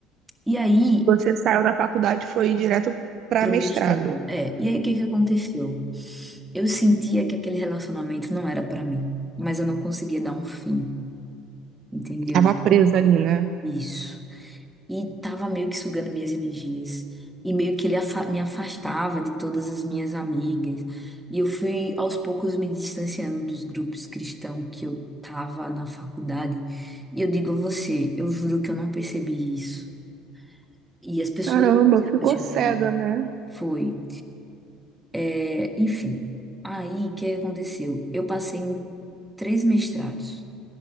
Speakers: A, in the centre; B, on the right.
A: E aí,
B: Você saiu da faculdade e foi direto para
A: Pro
B: mestrado.
A: meu extremo. É, e aí o que que aconteceu? Eu sentia que aquele relacionamento não era pra mim, mas eu não conseguia dar um fim, entendeu?
B: Tava presa ali, né?
A: Isso. E tava meio que sugando minhas energias. E meio que ele afa- me afastava de todas as minhas amigas. E eu fui aos poucos me distanciando dos grupos cristãos que eu tava na faculdade. E eu digo a você, eu juro que eu não percebi isso. E as pessoas.
B: Caramba,
A: se
B: ficou
A: apaixonaram.
B: cega, né?
A: Foi. É, enfim, aí o que aconteceu? Eu passei em três mestrados.